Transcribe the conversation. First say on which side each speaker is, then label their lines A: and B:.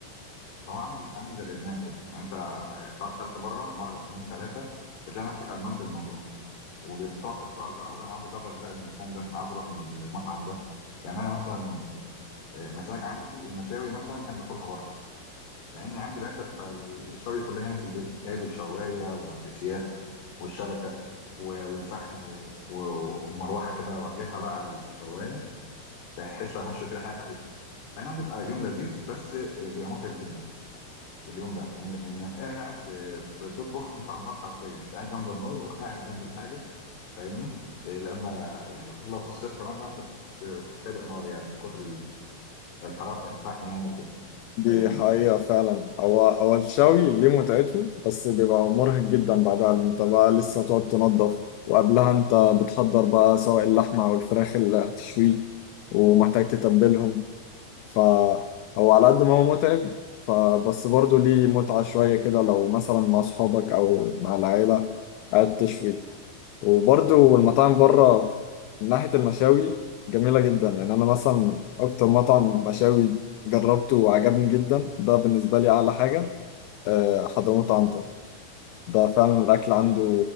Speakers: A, on the left; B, on the left.
A: هو عامل عامل زي الادمان كده يعني انت خلاص كلت بره مره اتنين تلاته بتلاقي نفسك ادمنت الموضوع وبتقعد تختار بقى والله انا عاوز اجرب لا المكان ده انا عاوز اروح المطعم ده يعني انا مثلا آه، مزاج عندي المشاوي مثلا احب اكلها بره مع اني عندي العده بتاع الشوي كلها هنا في البيت جايب الشوايه والسياخ والشبكه و- والفحم و- و- ومروحه كده اوجهها بقى على الشوايه بحيث لو هشوي كده حاجه خفيفه اي نعم بيبقى يوم لذيذ بس آه، بيبقى متعب جدا اليوم ده إن- انك قاعد آه، بتطبخ انت على النار حرفيا انت قاعد جنب النار وقاعد جنب الحاجه فاهمني آه، لما يعني خصوصا لو في الصيف كمان بقى انت بت- بتتحرق نار يعني من كتر ال- الحراره بتاع الفحم يعني وكده
B: دي
A: فاهمني
B: حقيقة فعلا هو هو الشوي ليه متعته بس بيبقى مرهق جدا بعدها لأن انت بقى لسه هتقعد تنظف وقبلها انت بتحضر بقى سواء اللحمة أو الفراخ اللي هتشويه ومحتاج تتبلهم فهو على قد ما هو متعب فبس برضه ليه متعة شوية كده لو مثلا مع أصحابك أو مع العيلة قاعد تشوي وبرضو المطاعم بره من ناحية المشاوي جميلة جدا يعني أنا مثلا أكتر مطعم مشاوي جربته وعجبني جدا ده بالنسبة لي أعلى حاجة آه، حضرموت عنتر ده فعلا الأكل عنده